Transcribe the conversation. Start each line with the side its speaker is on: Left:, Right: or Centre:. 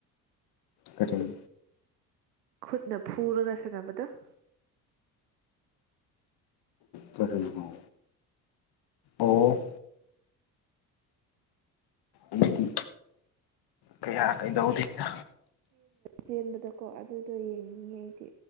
Left: ꯀꯊꯤꯟ꯫꯫
Right: ꯈꯨꯠꯅ ꯐꯨꯔꯒ ꯁꯥꯟꯅꯕꯗ꯫ ꯑꯨ
Left: ꯀꯔꯑꯣ ꯑꯣ ꯑꯩꯗꯤ ꯀꯌꯥ ꯀꯩꯗꯧꯗꯤꯗ
Right: ꯆꯦꯟꯕꯗꯀꯣ ꯑꯗꯨꯗꯣ ꯌꯦꯡꯅꯤꯡꯉꯤ ꯑꯩꯗꯤ꯫